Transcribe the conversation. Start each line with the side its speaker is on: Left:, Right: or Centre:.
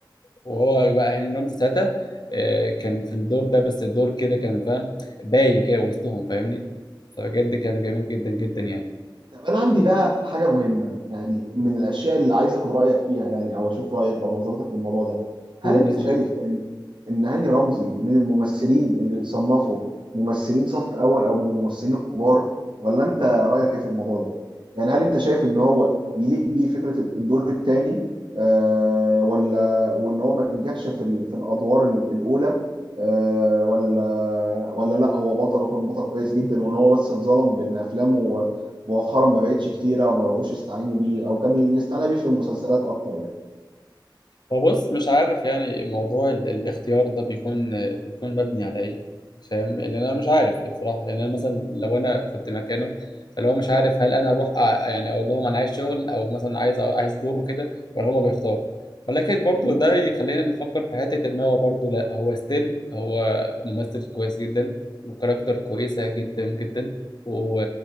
Left: وهو بقى هاني رمزي ساعتها آه، كان في الدور ده بس الدور كده كان فاهم باين كده وسطهم فاهمني فبجد كان جميل جدا جدا يعني
Right: طب انا عندي بقى حاجه مهمه يعني من الاشياء اللي عايز اخد رايك فيها يعني او اشوف رايك او نظرتك للموضوع ده هل
Left: قول
Right: انت
Left: يا صديقي
Right: شايف ان ان هاني رمزي من الممثلين اللي يتصنفوا ممثلين صف اول او من الممثلين الكبار ولا انت رايك ايه في الموضوع ده يعني هل انت شايف ان هو يليق بيه فكره الدور الثاني آه ولا وان هو ما نجحش في ال- في الادوار ال- الاولى آه ولا ولا لا هو بطل وكان بطل كويس جدا وان هو بس اتظلم بان افلامه مؤخرا ما بقتش كتيره او ما بقوش يستعينوا بيه او كان الاستعانه بيه في المسلسلات اكتر يعني
Left: هو بص مش عارف يعني موضوع ال- الاختيار ده بيكون بيكون مبني على ايه فاهم ان انا مش عارف بصراحه يعني انا مثلا لو انا كنت مكانه فلو مش عارف هل انا اروح أ- يعني اقول لهم انا عايز شغل او مثلا عايز أو عايز دوره كده ولا هما بيختاروا ولكن برضو
Right: م-
Left: ده يخلينا نفكر في حته ان هو برضو لا هو ستيل هو ممثل كويس جدا وكاركتر كويسه جدا جدا و...